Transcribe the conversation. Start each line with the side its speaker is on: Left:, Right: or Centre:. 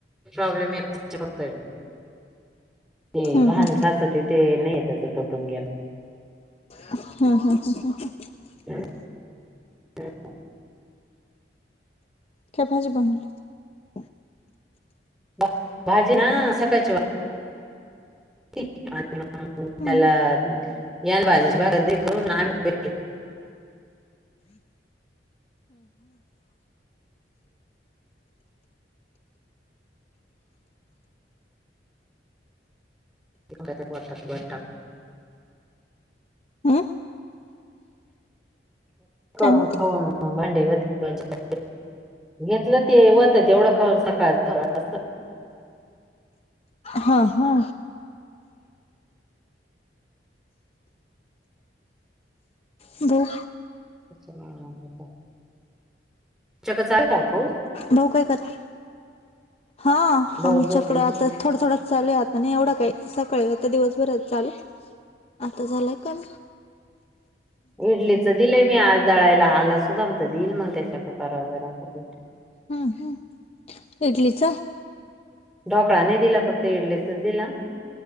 Centre: ॉब्लेम य ते लहान
Left: हम्म हम्म
Centre: साचते ते नाही य त्याच टोटून गेल
Left: हा हम हम ह
Centre: <inaudible>
Left: काय भाजी बनवली
Centre: बा बाजी ना सकाच वा त्याला
Left: हम्म
Centre: यान बाजारची भाकर करून आम्ही
Left: हम्
Centre: पर्ात घता
Left: हम्म
Centre: करून
Left: काय म्हणते
Centre: खाऊन भांडे घेतलं ते वत एवढं खाऊन सकाळच अस
Left: हा हा भाऊ
Centre: अ नाहीता तुच्याक चाल काय पास
Left: भाऊ काय करते हा
Centre: भाऊ
Left: आमच्याकडें
Centre: झोपले
Left: आता थोडं थोडं चालूया आता नाही एवढं काय सकाळ आता दिवसभरात चालू आता झालंय काण
Centre: विडलीच दिलंय मी आज दळायला आलाच सुधामत देईल मग त्याच्याक परागरापेठ
Left: ह ह इडलीच
Centre: ढोकळा नाही दिला फक्त इडलेचच दिला